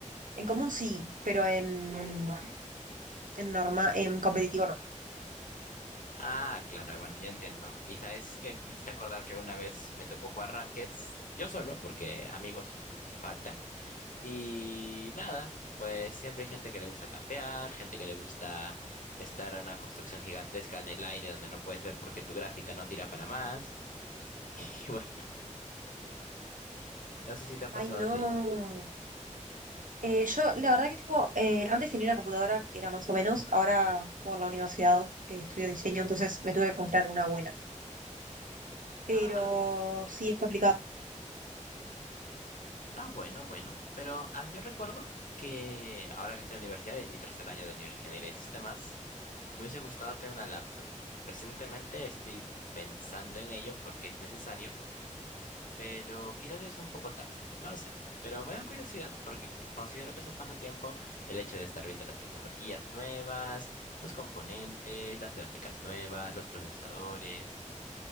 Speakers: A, on the right; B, on the left.
A: En común sí, pero en, en norma, en competitivo no.
B: ah, claro, bueno, yo entiendo. Y sabes que me hiciste acordar que una vez me tocó jugar Rankeds, yo solo, porque amigos faltan. Y nada, pues siempre hay gente que le gusta campear, gente que le gusta estar a una construcción gigantesca en el aire donde no puedes ver porque tu gráfica no tira para más. <laughs> Y bueno, no sé si te ha
A: Ay,
B: pasado
A: no.
B: a ti.
A: Eh, yo, la verdad que tengo, eh, antes tenía una computadora que era más o menos, ahora por la universidad eh, estudio diseño, entonces me tuve que comprar una buena. Pero
B: Ah,
A: sí, es complicado.
B: ah, bueno, bueno. Pero a mí yo recuerdo que ahora que estoy en la universidad, es mi tercer año de ingeniería de sistemas, me hubiese gustado tener una laptop. Recientemente estoy pensando en ello porque es necesario pero quizás es un poco tarde, no lo sé. Pero me da curiosidad porque considero que es un pasatiempo el hecho de estar viendo las tecnologías nuevas, los componentes, las gráficas nuevas, los procesadores